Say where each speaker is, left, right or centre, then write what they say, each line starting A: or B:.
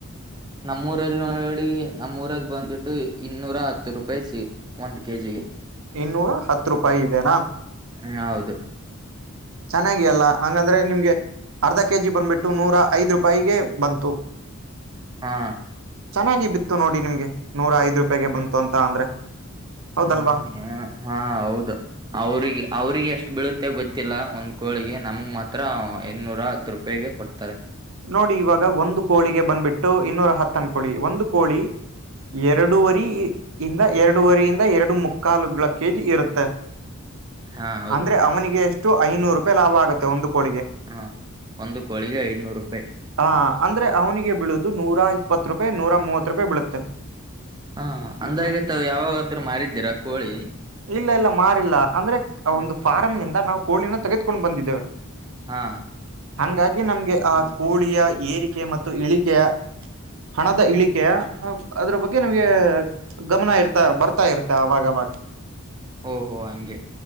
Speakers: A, on the right; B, on the right.
A: ನಮ್ಮೂರಲ್ಲಿ ನೋಡಿ ನಮ್ಮೂಊರಲ್ಲಿ ಬಂದ್ಬಿಟ್ಟು ಇನ್ನೂರ ಹತ್ತು ರೂಪಾಯಿ ಸಿ ಒಂದ್ ಕೆಜಿಗೆ
B: ಇನ್ನೂರ ಹತ್ ರೂಪಾಯಿ ಇದೆನಾ
A: ಹ್ಮ ಹೌದು
B: ಚೆನ್ನಾಗಿ ಅಲ್ಲ ಹಂಗಂದ್ರೆ ನಿಮ್ಗೆ ಅರ್ಧ ಕೆಜಿ ಬಂದ್ಬಿಟ್ಟು ನೂರ ಐದ ರೂಪಾಯಿಗೆ ಬಂತು
A: ಹಾ
B: ಚೆನ್ನಾಗಿ ಬಿತ್ತು ನೋಡಿ ನಿಮ್ಗೆ ನೂರ ಐ್ ರೂಪಾಯಗೆ ಬಂತು ಅಂತ ಅಂದ್ರೆ
A: ಹ್ಮ
B: ಹೌದಲ್ವಾ
A: ಹಾ ಹೌದು ಅವ್ರಿಗೆ ಅವ್ರಿಗೆ ಎಷ್ಟ ಬೀಳುತ್ತೆ ಗೊತ್ತಿಲ್ಲ ಒಂದ್ ಕೋಳಿಗೆ ನಮ್ಗ್ ಮಾತ್ರ ಇನ್ನೂರ ಹತ್ತು ರೂಪಾಯಿಗೆ ಕೊಡ್ತಾರೆ
B: ನೋಡಿ ಇವಾಗ ಒಂದು ಕೋಳಿಗೆ ಬಂದ್ಬಿಟ್ಟು ಇನ್ನೂರ ಹತ್ತನ್ ಕೋಳಿ ಒಂದು ಕೋಳಿ ಎರಡುವರಿ ಇಿಂದ ಎರಡೂುವರಿಯಿಂದ ಎರಡು ಮುಕ್ಕಾಲುಗಳ ಕೇಜಿ ಇರುತ್ತೆ
A: ಹಾ ಹೌದು
B: ಅಂದ್ರೆ ಅವನಿಗೆ ಎಷ್ಟು ಐನೂರು ರೂಪಾಯಿ ಲಾಭ ಆಗುತ್ತೆ ಒಂದು ಕೋಳಿಗೆ
A: ಹಾ ಒಂದು ಕೋಳಿಗೆ ಐದನೂರು ರೂಾಯ
B: ಹಾ ಅಂದ್ರೆ ಅವನಿಗೆ ಬೀಳುದು ನೂರ ಇಪ್ಪತ್ ರೂಪಾಯಿ ನೂರ ಮೂವತ್ ರೂಪಾಯಿ ಬೀಳುತ್ತೆ
A: ಹಾ ಅಂದಾಗೆ
B: ಹಂಗೆ
A: ತಾವವು ಯಾವಾಗಾದ್ರೂ ಮಾರಿದ್ದೀರ ಕೋಳಿ
B: ಇಲ್ಲ ಇಲ್ಲ ಮಾರಿಲ್ಲ ಅಂದ್ರೆ
A: ಹ
B: ಒಂದು ಫಾರಂ್ನಂದ ನಾವು ಕೋಳಿನ ತೆಗೆದಕೊಂಡ್ ಬಂದಿದ್ದೇವೆ
A: ಹಾ
B: ಹಂಗಾಗಿ ನಮ್ಗೆ
A: ಹಂಗೆ
B: ಆ ಕೋಳಿಯ ಏರಿಕೆ ಮತ್ತು ಇಳಿಕೆಯ ಹಣದ ಇಳಿಕೆ ಅದ್ರ ಬಗ್ಗೆ ನಿಮಗೆ ಗಮನ ಇರ್ತಾ ಬರ್ತಾ ಇರ್ತ ಆಾಗ <inaudible>
A: ಹೊ ಅಂಗೆ